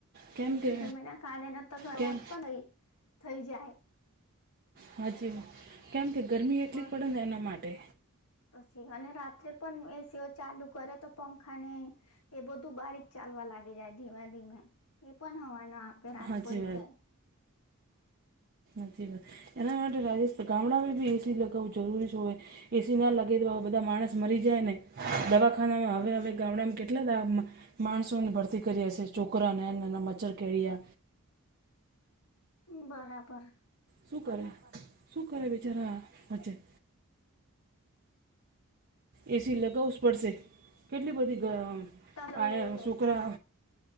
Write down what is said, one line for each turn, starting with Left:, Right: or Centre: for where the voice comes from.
Right: કેમ કે
Left: એક દર મહિના કાઢેને, તો ઘરે
Right: કેમ
Left: હોત પણ નહી થઈ જાય.
Right: હા જી, કેમ કે ગરમી
Left: પછી
Right: એટલી
Left: કોણ
Right: જ પડે ને એના માટે.
Left: પછી અને રાત્રે પણ એસીઓ ચાલુ કરે તો, પંખા ને એ બધું બારીક. ચાલવા લાગી જાય ધીમે ધીમે, એ પણ હવાનો આપે, રાત
Right: હાચી
Left: પડી જાય.
Right: નથી વાત એના માટે રાજસ્થાન ગામડામાં બી એસી લગાવવું જરૂરી હોય. એસી ના લાગે તો બધા માણસ મરી જાય ને, દવા. આના
Left: પછી
Right: હવે હવે ગામડામાં કેટલા દ. માણસોને ભરતી કરીએ છે, છોકરા નાના નાના મેચ કરીએ.
Left: બરાબર.
Right: શું કરે, શું કરે બિચારા હેને. એસી લગાવું જ પડશે, કેટલી બધી.
Left: તમે લેવું
Right: આયા
Left: જોઈએ
Right: શુ
Left: એસી
Right: કરે?